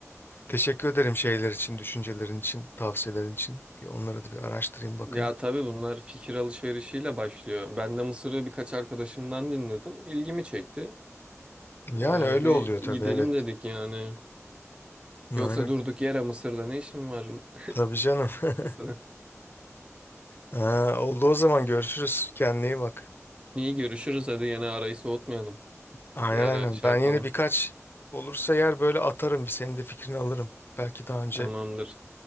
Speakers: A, on the left (about 45°); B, on the right (about 20°).
A: Teşekkür ederim şeyler için, düşüncelerin için, tavsiyelerin için. Bir onları da bir araştırayım bakayım.
B: Ya tabii bunlar fikir alışverişiyle başlıyor. Ben de Mısır'ı birkaç arkadaşımdan dinledim. İlgimi çekti.
A: Yani
B: Ee,
A: öyle
B: bir
A: oluyor tabii
B: gidelim
A: evet.
B: dedik yani.
A: Aynen.
B: Yoksa durduk yere Mısır'da ne işim var <laughs>
A: Tabii canım. <laughs>
B: Mısır'a?
A: Ha, oldu o zaman görüşürüz. Kendine iyi bak.
B: İyi görüşürüz hadi yine arayı soğutmayalım.
A: Aynen
B: Bir ara
A: aynen.
B: şey
A: Ben
B: yapalım.
A: yine birkaç olursa yer böyle atarım. Bir senin de fikrini alırım. Belki daha önce.
B: Tamamdır.